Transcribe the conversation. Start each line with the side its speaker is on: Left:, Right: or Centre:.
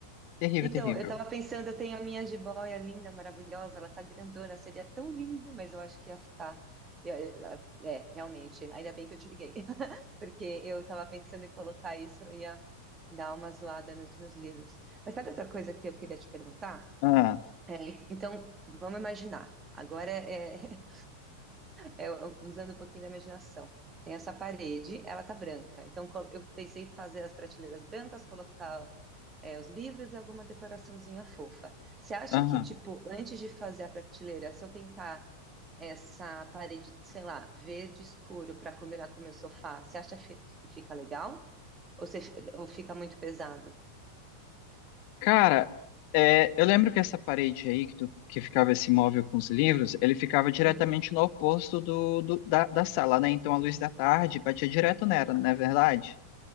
Left: Terrível,
Right: Então,
Left: terrível.
Right: eu tava pensando, eu tenho a minha jiboia linda, maravilhosa, ela tá grandona, seria tão lindo, mas eu acho que ia ficar. Eu- eu- É, realmente, ainda bem que eu te liguei. porque eu estava pensando em colocar isso, eu ia dar uma zoada nos meus livros. Mas sabe outra coisa que eu queria te perguntar?
Left: Ah,
Right: É, então, vamos imaginar. Agora é é, usando um pouquinho da imaginação. Tem essa parede, ela tá branca. Então col- eu pensei em fazer as prateleiras brancas, colocar é, os livros e alguma decoraçãozinha fofa. Você acha
Left: aham.
Right: que, tipo, antes de fazer a prateleira, se eu pintar essa parede, sei lá, verde escuro para combinar com o meu sofá, você acha fi- que fica legal? Ou, você, fi- ou fica muito pesado?
Left: Cara, é, eu lembro que essa parede aí, que, tu- que ficava esse móvel com os livros, ele ficava diretamente
Right: Uhum.
Left: no oposto do, do- da, da sala, né? Então a luz da tarde batia direto nela, não é verdade?